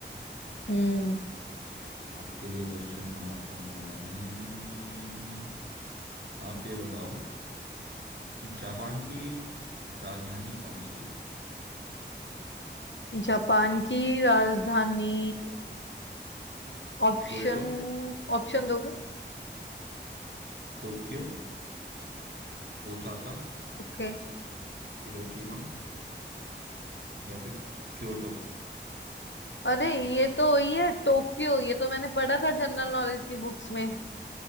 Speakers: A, on the left; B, on the right.
A: हम्म
B: आपके लिए क्वेश्चन बनाता हूं मैं आप ये बताओ जापान की राजधानी कौन सी है
A: जापान की राजधानी ऑप्शन
B: क्वेटो
A: ऑप्शन दोगे
B: टोक्यो ओसाका
A: ओके
B: हिरोशिमा या फिर क्योटो
A: अरे ये तो वही है टोक्यो ये तो मैंने पढ़ा था जनरल नॉलेज की बुक्स में